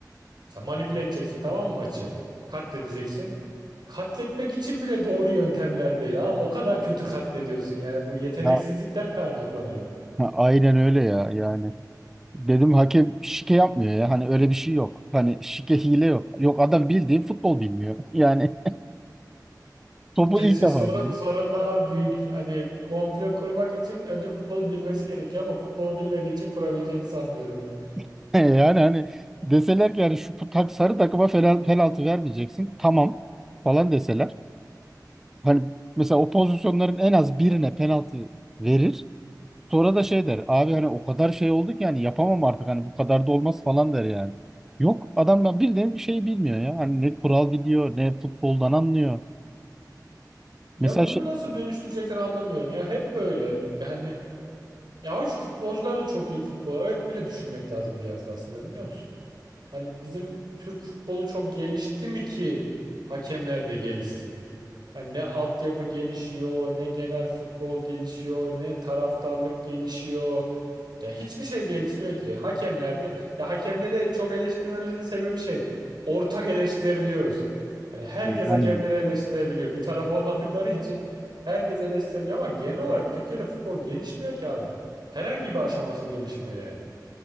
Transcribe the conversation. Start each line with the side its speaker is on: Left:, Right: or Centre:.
Right: Mesela manipüle edeceksin tamam mı maçı? Katledeceksin. Katletmek için bile doğru yöntemler değil. Aa, o kadar kötü katlediyorsun yani bu yeteneksizlikten
Centre: Ya
Right: kaynaklanıyor.
Centre: ha, aynen öyle ya yani. Dedim hakem şike yapmıyor ya. Hani öyle bir şey yok. Hani şike hile yok. Yok adam bildiğin futbol bilmiyor. <laughs> Yani Topu
Right: C-
Centre: ilk
Right: c-
Centre: defa
Right: Sorun,
Centre: giydin.
Right: sorun daha büyük. Hani komplo kurmak için önce futbolu bilmesi gerekiyor ama futbol bilmediği için kurabileceğini sanmıyorum.
Centre: <laughs> Yani hani deseler ki yani şu tak, sarı takıma fel- penaltı vermeyeceksin. Tamam falan deseler. Hani mesela o pozisyonların en az birine penaltı verir. Sonra da şey der. Abi hani o kadar şey oldu ki yani yapamam artık hani bu kadar da olmaz falan der yani. Yok adam ya bildiğin bir şey bilmiyor ya. Hani ne kural biliyor ne futboldan anlıyor.
Right: Ya
Centre: Mesela
Right: bunu
Centre: şey
Right: nasıl dönüştürecekler anlamıyorum ya. Hep böyle. Yani ya hoş futbolcular da çok iyi futbol. Öyle düşünmek lazım biraz da aslında biliyor musun? Hani bizim Türk futbolu çok gelişti mi ki hakemler de gelişsin? Hani ne altyapı gelişiyor, ne genel futbol gelişiyor, ne taraftarlık gelişiyor. Ya hiçbir şey gelişmiyor ki. Hakemlerde ya hakemleri çok eleştirmemizin sebebi şey. Ortak eleştirebiliyoruz. Hani herkes
Centre: yani aynen.
Right: hakemleri eleştirebiliyor. Bir taraf olmadıkları için herkes eleştirebiliyor ama genel olarak Türkiye'de futbol gelişmiyor ki abi. Herhangi bir aşaması gelişmiyor yani.